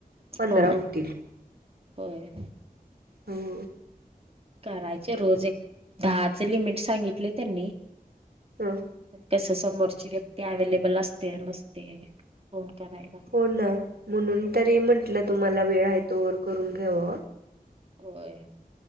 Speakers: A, on the right; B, on the right.
A: पंधरा
B: हां,
A: होतील.
B: होय.
A: हम्म.
B: करायचे रोज एक दहाचे लिमिट सांगितले त्यांनी.
A: हम्म.
B: पण कस समोरची व्यक्ती अव्लेबल असते नसते फोन करायला.
A: हो ना म्हणून तरी म्हंटलं तुम्हाला वेळ आहे तो वर करून घ्याव.
B: होय